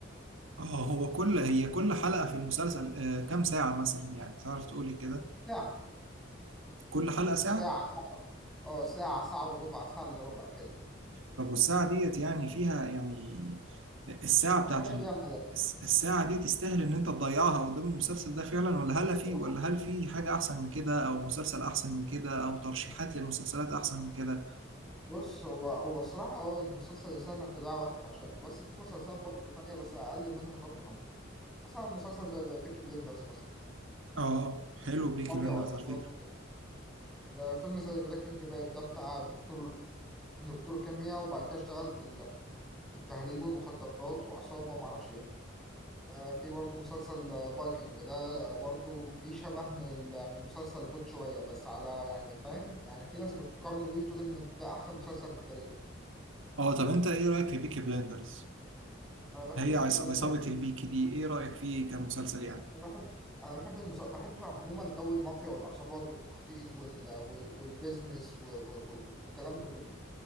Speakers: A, on the right (about 75°); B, in the centre.
A: اه هو كل هي كل حلقة في المسلسل آه كام ساعة مثلا يعني تعرف تقولي كده
B: ساعة
A: كل حلقة ساعة
B: ساعة ساعة أه ساعة ساعة وربع ساعة إلا ربع كده
A: طب والساعة ديت يعني فيها يعني الساعة
B: ما
A: بتاعت
B: فيهاش دقيقة
A: الس- الساعة دي تستاهل إن أنت تضيعها قدام المسلسل ده فعلا ولا هل
B: صراحة
A: في ولا هل في حاجة أحسن من كده أو مسلسل أحسن من كده أو ترشيحات للمسلسلات أحسن من كده؟
B: بص هو هو الصراحة هو المسلسل يسهل إنك تضيع وقتك عشانه بس في مسلسلات برضه تانية بس أقل منها طبعا مثلا مسلسل زي بيكي بلندرز مثلا
A: آه حلو بيكي
B: ما فيه
A: بلندرز
B: عصابات
A: على فكرة
B: وكده ده فيلم زي بريكنج باد ده بتاع دكتور دكتور كيمياء وبعد كده اشتغل في ال- في التهريب والمخدرات وعصابة ومعرفش إيه آه، في برضه مسلسل فايكنج ده برضه في شبه من ال- من مسلسل جود شوية بس على يعني فاهم يعني في ناس بتقارنه بيه وتقول إن ده أحسن مسلسل في التاريخ
A: آه طب أنت إيه رأيك في بيكي بلندرز؟
B: أنا بحب
A: هي
B: بيكي
A: عص-
B: بلندرز
A: عصابة البيكي دي إيه رأيك فيه كمسلسل يعني؟
B: أنا بحب أنا بحب المسا... بحب عموما جو المافيا والعصابات والتخطيط وال... وال- والبيزنس و... و... و- والكلام ده كله